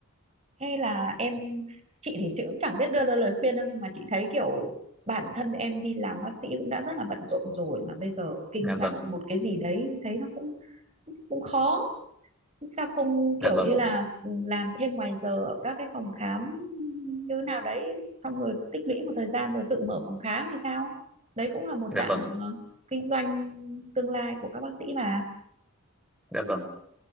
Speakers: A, on the right; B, in the centre.
A: thế là em chị thì chị cũng chẳng biết đưa ra lời khuyên đâu nhưng mà chị thấy kiểu bản thân em đi làm bác sĩ cũng đã rất là bận rộn rồi mà bây giờ kinh
B: dạ
A: doanh
B: vâng
A: một cái gì đấy thấy nó cũng cũng khó sao không
B: dạ
A: kiểu
B: vâng
A: như là ừ, làm thêm ngoài giờ ở các cái phòng khám như thế nào đấy xong rồi tích lũy một thời gian rồi tự mở phòng khám thì sao đấy cũng là một
B: dạ
A: dạng
B: vâng
A: ờ, kinh doanh tương lai của các bác sĩ mà
B: dạ vâng